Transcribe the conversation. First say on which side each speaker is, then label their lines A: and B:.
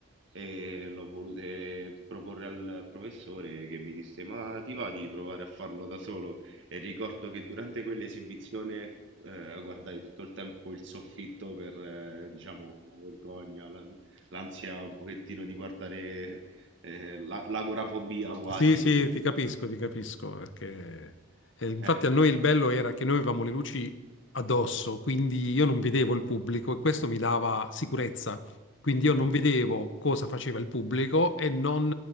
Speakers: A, on the right (about 60°); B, on the left (about 60°).
A: e l'ho volute proporre al professore che mi disse ma ti va di provare a farlo da solo? E ricordo che durante quell'esibizione eh, guardai tutto il tempo il soffitto per, eh, diciamo, la vergogna, la- l'ansia un pochettino di guardare eh, la- l'agorafobia quasi,
B: Sì, sì,
A: insomma.
B: ti capisco, ti capisco, perché eh, infatti
A: Eh,
B: a noi il bello era che noi avevamo le luci addosso, quindi io non vedevo il pubblico e questo mi dava sicurezza. Quindi io non
A: ok.
B: vedevo cosa faceva il pubblico e non,